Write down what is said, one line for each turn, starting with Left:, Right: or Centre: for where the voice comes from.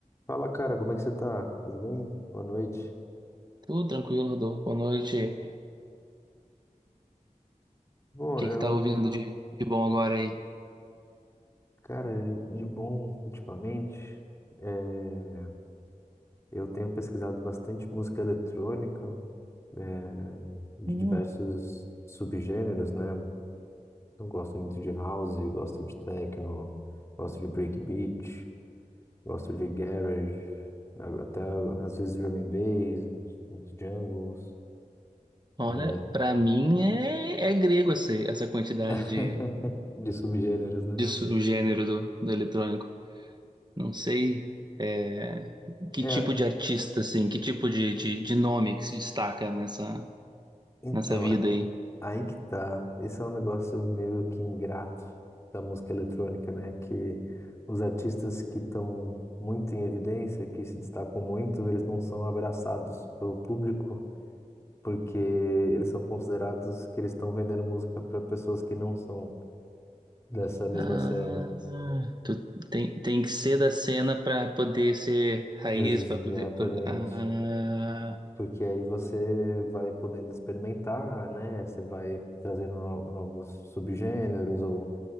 Left: Fala, cara, como é que você tá? Tudo bem? Boa noite.
Right: Tudo tranquilo, Rodolfo. Boa noite. O
Left: Bom,
Right: que
Left: eu,
Right: que tá ouvindo de, de bom agora aí?
Left: cara, de bom ultimamente, eh, eu tenho pesquisado bastante música eletrônica, eh, de
Right: Hum,
Left: diversos subgêneros, né? Eu gosto muito de house, gosto de techno, gosto de breakbeat, gosto de garage, a- até às vezes drum and bass, uns, uns jungles,
Right: olha,
Left: eh,
Right: pra mim é, é grego essa, essa quantidade
Left: <laughs>
Right: de,
Left: de subgêneros, né?
Right: de su- o gênero do, do eletrônico. Não sei é, que
Left: É,
Right: tipo de artista, assim, que tipo de, de, de nome que se destaca nessa,
Left: então.
Right: nessa vida aí.
Left: Aí que tá. Esse é um negócio meio que ingrato da música eletrônica, né? Que os artistas que estão muito em evidência, que se destacam muito, eles não são abraçados pelo público, porque eles são considerados que eles estão vendendo música para pessoas que não são dessa mesma
Right: Ah,
Left: cena.
Right: ah, tu tem, tem que ser da cena pra poder ser raiz,
Left: Exatamente.
Right: pra poder, poder- Ah,
Left: Porque aí você vai podendo experimentar, né? Você vai trazendo no- novos subgêneros ou